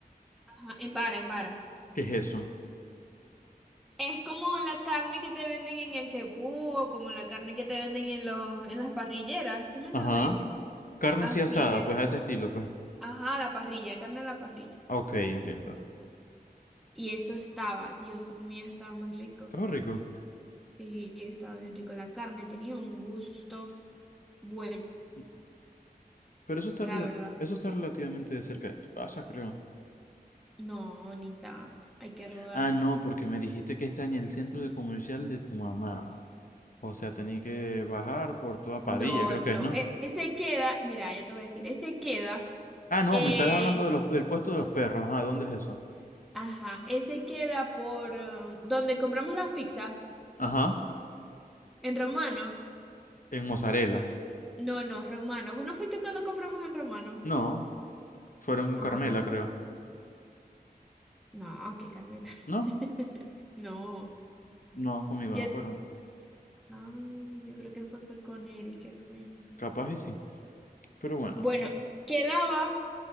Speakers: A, in the centre; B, on the left.
A: Ajá, en vara, en vara.
B: ¿Qué es eso?
A: Es como la carne que te venden en el cebú o como la carne que te venden en los, en las parrilleras, ¿sí me entendéis?
B: Ajá. Carne
A: Así
B: así asada,
A: de esa.
B: pues a ese estilo, pues.
A: Ajá, la parrilla, carne a la parrilla.
B: Ah, Ok, entiendo.
A: Y eso estaba, Dios mío, estaba muy rico.
B: Está rico.
A: Sí, estaba bien rico. La carne tenía un gusto buenísimo,
B: Y- Pero eso está,
A: la
B: rela-
A: verdad.
B: eso está relativamente de cerca de tu casa, creo.
A: No, ni tanto, hay que rodar.
B: Ah, no, porque me dijiste que está en el centro de comercial de tu mamá. O sea, tenía que bajar por toda Padilla,
A: No,
B: creo que
A: no,
B: es, ¿no?
A: e- ese queda, mira, ya te voy a decir, ese queda.
B: Ah, no,
A: Eh.
B: me estás hablando de los, del puesto de los perros. Ah, ¿dónde es eso?
A: Ajá, ese queda por eh, donde compramos las pizzas,
B: Ajá.
A: en Romano.
B: En Mozzarella.
A: No, no, Romano. Bueno, fuiste cuando compramos en Romano.
B: No, fueron con
A: Ah,
B: Carmela, creo.
A: no, que Carmela.
B: No,
A: <laughs> No,
B: no, conmigo
A: ya.
B: no fueron.
A: Ah, yo creo que fue, fue con Eric que fuimos.
B: Capaz y sí. Pero bueno.
A: Bueno, quedaba,